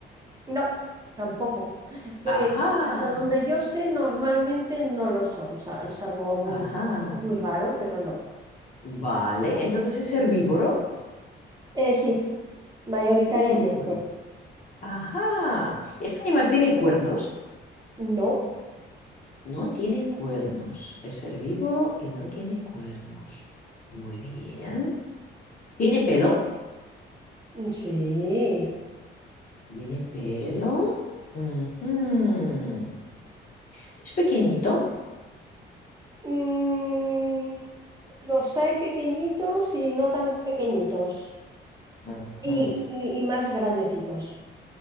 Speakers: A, on the right (about 20°); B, on the left (about 40°).
A: No, tampoco. Que
B: Ajá,
A: hasta donde yo sé, normalmente no lo son, sal- salvo un-
B: ajá.
A: algo muy raro, pero no.
B: Vale, entonces es herbívoro.
A: Eh, sí, mayoritariamente.
B: Es herbívoro. Ajá. ¿Este animal tiene cuernos?
A: No,
B: No tiene cuernos. Es herbívoro y no tiene cuernos. Muy bien. ¿Tiene pelo?
A: sí.
B: Tiene pelo. Ujú. Es pequeñito.
A: Mm, los hay pequeñitos y no tan pequeñitos.
B: Ujú.
A: Y, y- y más grandecitos.